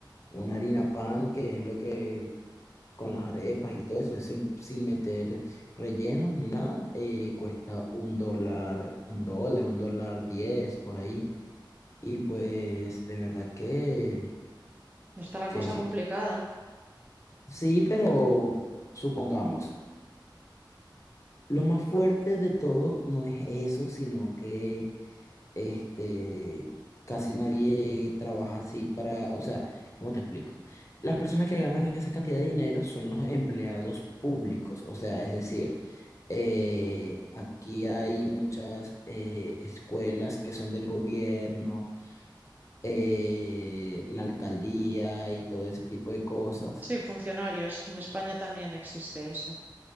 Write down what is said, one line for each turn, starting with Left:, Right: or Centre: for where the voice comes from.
Left: una harina pan, que es lo que con las arepas y todo eso, sin, sin meter rellenos ni nada, eh, cuesta un dólar, un dólar, un dólar diez por ahí. Y pues de verdad que,
Right: Está la
Left: que
Right: cosa
Left: je-
Right: complicada.
Left: sí, pero supongamos, lo más fuerte de todo no es eso, sino que este, casi nadie trabaja así para, o sea, ¿cómo te explico? Las personas que ganan esa cantidad de dinero son los empleados públicos, o sea, es decir, eh, aquí hay muchas eh, escuelas que son del gobierno eh, la alcaldía y todo ese tipo de cosas.
Right: Sí, funcionarios. En España también existe eso.